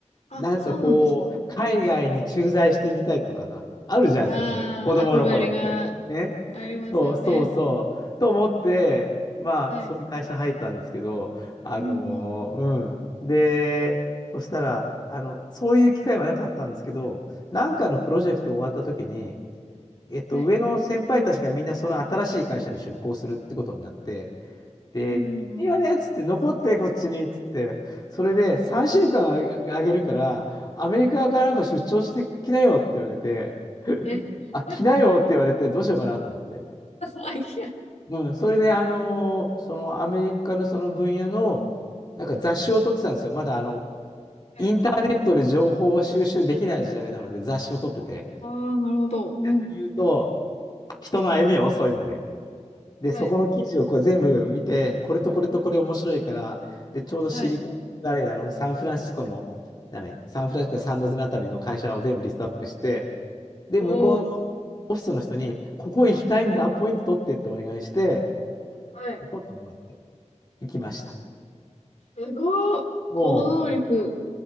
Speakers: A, on the left (about 70°); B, on the left (about 35°).
A: あ、
B: なんかこう、
A: そうなんですか
B: 海外に駐在してみたいとかさ、あるじゃないですか、
A: ああー、
B: そういうの。子供の頃って。
A: 憧れが
B: ね。
A: ありますよね。
B: そうそうそう。と思って、まあ、
A: はい。
B: そういう会社入ったんですけど、あのーうん。
A: うんうん。
B: で、そしたら、あの、そういう機会はなかったんですけど、なんかのプロジェクト終わった時に、えっと、
A: はい。
B: 上の先輩たちがみんなその新しい会社に出向するってことになって、で、
A: うんうんうん。
B: いいよねっつって、残ってこっちにっつって、それで3週間あげ、あげるから、アメリカからなんか出張してきなよって言われて、
A: はい。
B: <laughs>
A: え、
B: あ、来なよって言われて、
A: <laughs>
B: どうしようかなと思って。
A: アイデ
B: うん、それで、あのーそのアメリカのその分野の、なんか雑誌を撮ってたんですよ。まだあの、
A: はい。
B: インターネットで情報を収集できない時代なので、雑誌を撮ってて。
A: ああ、なるほど。うん。
B: 逆に言うと、人の歩みは遅いので。で、
A: はい。
B: そこの記事をこう全部見て、これとこれとこれ面白いから、で、ちょうどシリコン、
A: はい。
B: 誰なの、サンフランシスコの、だね、サンフランシスコサンノゼのあたりの会社を全部リストアップして、で、
A: おー。
B: 向こうのオフィスの人に、ここ行きたいんでアポイント取ってってお願いして、
A: はい。
B: で取ってもらって行きました。
A: すごい。
B: も
A: 行動力。